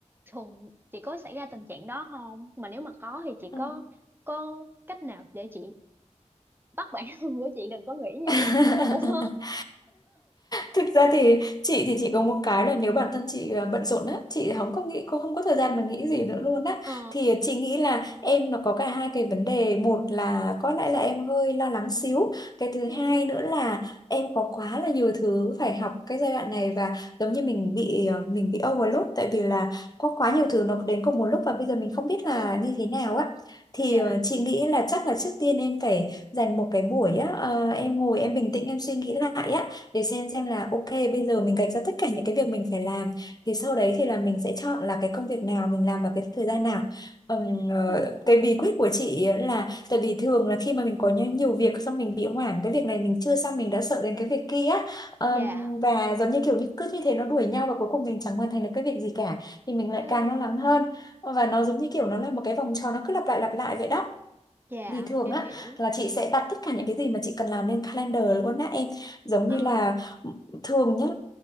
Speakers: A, on the right (about 15°); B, on the left (about 30°).
A: thường chị có xảy ra tình trạng đó không mà nếu mà có thì chị
B: à.
A: có có cách nào để chị bắt bản thân của chị đừng có nghĩ như
B: <laughs>
A: vậy nữa hôn <laughs>
B: thực ra thì chị thì chị có một cái là nếu bản thân chị à, bận rộn á chị không có nghĩ cô không có thời gian mà nghĩ gì nữa luôn á
A: ờ
B: thì chị nghĩ là em nó có cả hai cái vấn đề một là có lẽ là em hơi lo lắng xíu cái thứ
A: ừ
B: hai nữa là em có quá là nhiều thứ phải học cái giai đoạn này và giống như mình bị à, mình bị overload tại vì là có quá nhiều thứ nó đến cùng một lúc và bây giờ mình không biết
A: ừ
B: là như thế nào á thì
A: dạ
B: à, chị nghĩ là chắc là trước tiên em phải dành một cái buổi á ờ, em ngồi em bình tĩnh em suy nghĩ lại á để xem xem là ok bây giờ mình gạch ra tất cả những cái việc mình phải làm thì sau đấy thì là mình sẽ chọn là cái công việc nào mình làm vào cái thời gian nào Ừm, ờ,
A: ừ
B: cái bí quyết của chị ấy là tại vì thường là khi mà mình có nhiều, nhiều việc xong mình bị hoảng cái việc này mình chưa xong mình đã sợ đến cái việc kia Ừm,
A: dạ
B: và giống như kiểu như cứ như thế nó đuổi nhau và cuối cùng mình chẳng hoàn thành được cái việc gì cả thì mình lại
A: ừ
B: càng lo lắng hơn và nó giống như kiểu nó là một cái vòng tròn nó cứ lặp lại lặp lại vậy đó
A: dạ
B: thì thường
A: em
B: á
A: hiểu
B: là chị sẽ đặt tất cả những cái gì mà chị cần làm lên calendar luôn á em giống
A: ờ
B: như là ừ, thường nhá